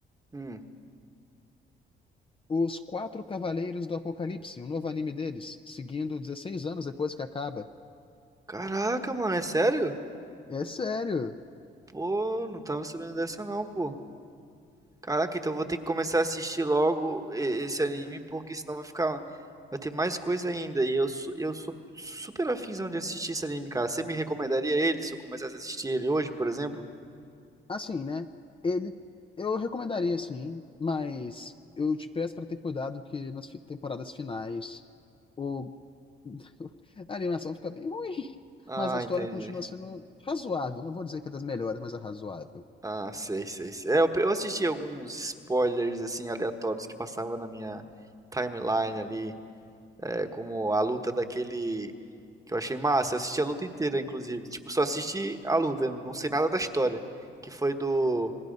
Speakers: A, on the right; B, on the left.
A: Hum.
B: Os Quatro Cavaleiros do Apocalipse, um novo anime deles, seguindo 16 anos depois que acaba.
A: Caraca, mano, é sério?
B: É sério.
A: Pô, não tava sabendo dessa não, pô. Caraca, então eu vou ter que começar a assistir logo e- esse anime, porque senão vai ficar. Vai ter mais coisa ainda. E eu sou, eu sou super afinzão de assistir esse anime, cara. Você me recomendaria ele se eu começasse a assistir ele hoje, por exemplo?
B: Assim, né? Ele, eu recomendaria sim, mas eu te peço para ter cuidado que nas fi- temporadas finais o <laughs> A animação fica bem ruim,
A: Ah,
B: mas a história
A: entendi.
B: continua sendo razoável. Não vou dizer que é das melhores, mas é razoável.
A: Ah, sei, sei, sei. É, eu, pe- eu assisti alguns spoilers, assim, aleatórios que passavam na minha timeline ali. É como a luta daquele que eu achei massa. Eu assisti a luta inteira, inclusive. Tipo, só assisti a luta, eu não sei nada da história. Que foi do.